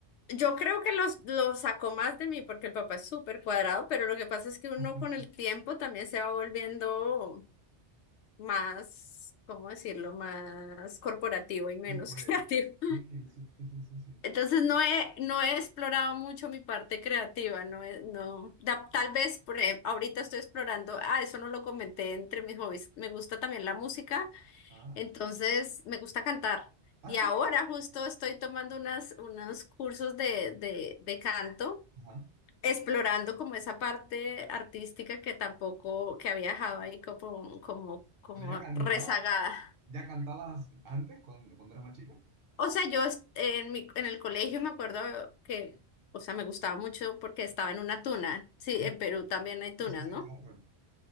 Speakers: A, on the left; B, on the right.
A: Yo creo que los, lo sacó más de mí porque el papá es súper cuadrado, pero lo que pasa es que
B: <laughs>
A: uno con el tiempo también se va volviendo más, ¿cómo decirlo?, más corporativo y menos
B: Sí, pues.
A: <laughs> creativo.
B: Sí, sí, sí, sí, sí. sí.
A: Entonces no he, no he explorado mucho mi parte creativa, no, he- no, da- tal vez por ejemplo, ahorita estoy explorando, ah, eso no lo comenté entre mis hobbies, me gusta también la música,
B: Ah,
A: entonces me gusta cantar.
B: ah,
A: Y
B: sí.
A: ahora justo estoy tomando unas, unos cursos de, de, de canto
B: Ajá.
A: explorando como esa parte artística que tampoco, que había dejado ahí como, como, como
B: Pero ya cantabas,
A: rezagada.
B: ya cantabas antes cuando, cuando eras más chica.
A: O sea, yo est- en mi, en el colegio me acuerdo que, o sea, me gustaba mucho porque estaba en una tuna. Sí,
B: Sí,
A: en Perú también hay
B: sí,
A: tunas,
B: sí, sí,
A: ¿no?
B: claro.